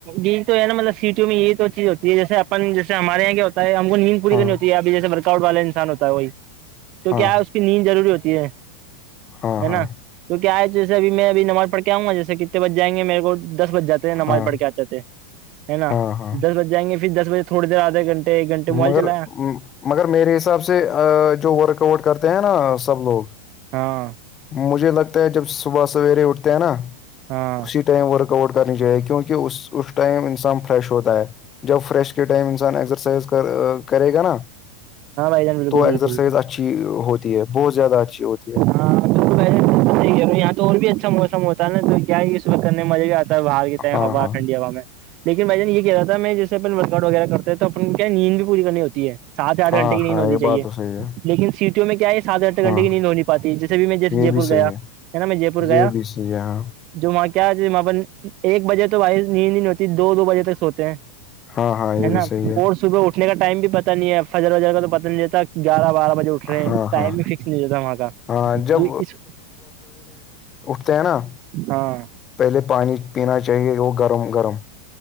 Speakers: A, on the right (about 40°); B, on the left (about 25°).
A: یہ تو ہے نا مطلب سیٹیوں میں یہ تو چیز ہوتی ہے جیسے اپن جیسے ہمارے یہاں ہم کو نیند پور
B: ہاں
A: کرنی ہوتی ہے اھی جیسے ورکاؤٹ والا انسان ہوتا ہے وہی تو
B: ہاں
A: کیا ہے اس نیند ضروری ہوتی ہے
B: ہاں
A: ہے
B: ہاں
A: نا تو کیا ہے جیسے ابھی میں ابھی نماز پڑھ کے آؤں گا جیسے کہ بچ جائیںے مے کو دس بجاتے ہیں نمازڑ
B: ہاں
A: کے آتے نا
B: ہاں ہاں
A: دس بج جائیں گے پھر دس بجے تھوڑی دیر آدھے گھنٹے ایک گھنٹے موبائل
B: مگر
A: چلایا
B: مگر میرے حساب سے جو ورک آؤٹ کرتے ہیں نا سب لوگ
A: ہاں
B: مجھے لگتا ہے جب صبح سویرے اٹھتے ہیں نا
A: ہاں
B: اسی ٹائم ورک آؤٹ کرنی چاہیے کیونکہ اس اس ٹائم انسان فریش ہوتا ہے جب فریش کے ٹائم انسان ایگزرسائز کر کرے گا نا
A: ہاں بھائی جان بالکل
B: تو ایکسرسائز
A: بالکل
B: اچھی ہوتی ہے بہت زیادہ اچھی ہوتی ہے
A: ہاں تو پہلےحییک ہے یہاں تو اور بھی اچھا موسم ہوتا ہے نا تو کیا یہ صبح کرنے مزے ہی آتا ا باہر کی ائم
B: ہاں
A: ہوا
B: ہاں
A: ٹھنڈی ہوا میں لیکن بھائیان یہ کہ رہا تھا میں جیسےن ورک آؤٹ وغیرہ کرتے تو اپ کیا نیند بھی پوری کرنی ہوتی ہے سات آٹھ
B: ہاں
A: گھٹے کی نہیں
B: ہاں
A: ہوتی
B: یہ
A: چاہیے
B: بات تو صحیح ہے
A: لیکن سیٹیوں میں کیا ہے سات آٹھ گھنٹے
B: ہاں
A: کی نیند ہو نہیں پاتی جیسے بھی میں جیسے
B: یہ بھی
A: پور
B: صحیح
A: گیا ہے نا میں جے پور گیا
B: یہ بھی صحیح ہے ہاں
A: جو وہاں کیا وہاں ایک بجے تو با نیند ہوتی دو بجے تک سوتے ہیں
B: ہاں ہاں یہ
A: ہے
B: بھی
A: نا
B: صحیح
A: اور صبح اٹھنے کا ٹائم بھی پت نہیں ہے فجر وجر کا تو پتاہ نہیں رہتا گیارہ بارہ بجے اٹھ رہے ہیں
B: ہاں
A: ٹائم
B: ہاں
A: بھی فکس نہیں ہواتتا وہاں کا
B: ہاں جب
A: جو اس
B: تینا
A: ہاں
B: پہلے پانی پینا چاہیے وہ گرم گرم